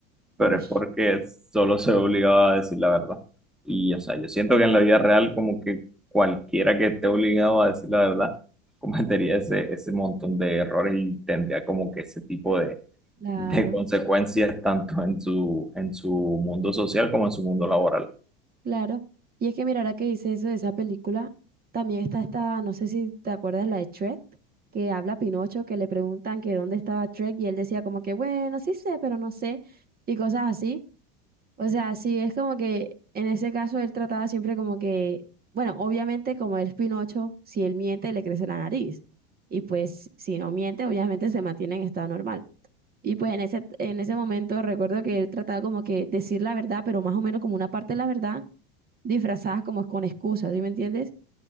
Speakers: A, in the centre; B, on the right.
A: pero
B: Uy,
A: es porque solo se ve obligado a decir la verdad. Y, o sea, yo siento que en la vida real como que cualquiera que esté obligado a decir la verdad <laughs> cometería ese, ese montón de errores y tendría como que ese tipo de,
B: claro,
A: de consecuencias tanto en su, en su mundo social como en su mundo laboral.
B: claro. Y es que mira, ahora que dice eso de esa película, también está esta, no sé si te acuerdas, la de Shrek, que habla Pinocho, que le preguntan que dónde estaba Shrek y él decía como que, bueno, sí sé, pero no sé, y cosas así. O sea, sí, es como que en ese caso él trataba siempre como que, bueno, obviamente como él es Pinocho, si él miente, le crece la nariz. Y pues si no miente, obviamente se mantiene en estado normal. Y pues en ese, en ese momento recuerdo que él trataba como que decir la verdad, pero más o menos como una parte de la verdad disfrazada como con excusas, ¿sí me entiendes?